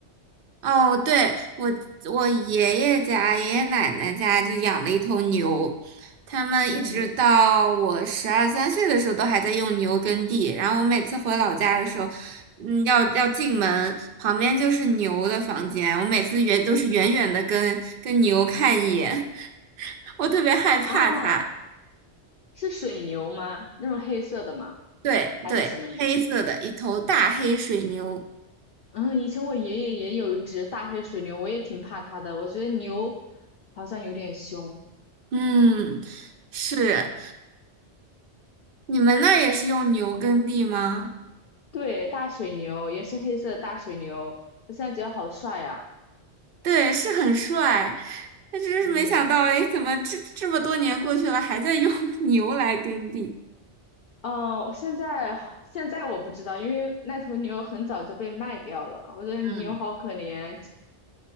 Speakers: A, on the right; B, on the left.
A: 哦，对，我我爷爷家、爷爷奶奶家就养了一头牛，他们一直到我十二三岁的时候都还在用牛耕地。
B: 嗯
A: 然后我每次回老家的时候，嗯，要要进门，旁边就是牛的房间，我每次远都是远远的跟跟牛看一眼，<laughs> 我特别害怕它。
B: 啊，是水牛吗？那种黑色的吗？
A: 对对，
B: 还是什么牛？
A: 黑色的一头大黑水牛，
B: 嗯，以前我爷爷也有一只大黑水牛，我也挺怕它的。我觉得牛好像有点凶。
A: 嗯，是，你们那儿也是用牛耕地吗？
B: 对，大水牛也是黑色的大水牛，我现在觉得好帅呀、
A: 对，是很帅，但真是没想到，
B: 嗯，
A: 哎，怎么这这么多年过去了，还在用 <laughs> 牛来耕地？
B: 哦，现在现在我不知道，因为那头牛很早就被卖掉了。我觉得牛好可怜，
A: 嗯，